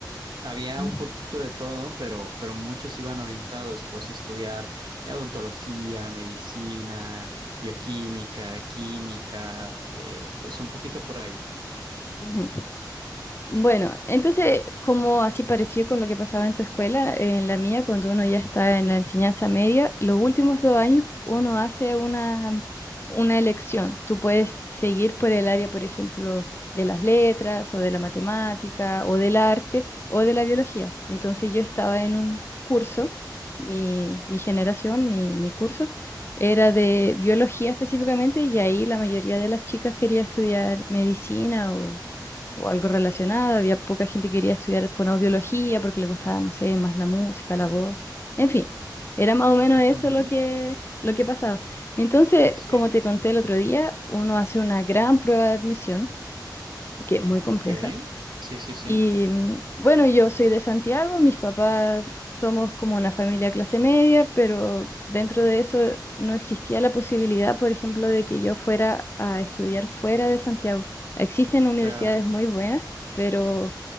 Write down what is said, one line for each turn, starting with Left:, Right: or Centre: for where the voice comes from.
Right: Había
Left: Ujú.
Right: un poquito de todo, pero, pero muchos iban orientados pues a estudiar odontología, medicina, bioquímica, química, eh, pues un poquito por ahí.
Left: ujú. Bueno, entonces, como así pareció con lo que pasaba en tu escuela, eh, en la mía, cuando uno ya está en la enseñanza media, los últimos dos años uno hace una, una elección. Tú puedes seguir por el área, por ejemplo, de las letras o de la matemática o del arte o de la biología. Entonces yo estaba en un curso, mi, mi generación, mi, mi curso, era de biología específicamente y ahí la mayoría de las chicas quería estudiar medicina o o algo relacionado. Había poca gente que quería estudiar fonoaudiología porque le gustaba, no sé, más la música, la voz. En fin, era más o menos
Right: Ujú,
Left: eso lo que, lo que pasaba. Entonces,
Right: Sí.
Left: como te conté el otro día, uno hace una gran prueba de admisión, que es muy compleja.
Right: Ok. Sí, sí, sí.
Left: Y mm, bueno, yo soy de Santiago, mis papás somos como una familia clase media, pero dentro de eso no existía la posibilidad, por ejemplo, de que yo fuera a estudiar fuera de Santiago. Existen universidades
Right: Claro.
Left: muy buenas, pero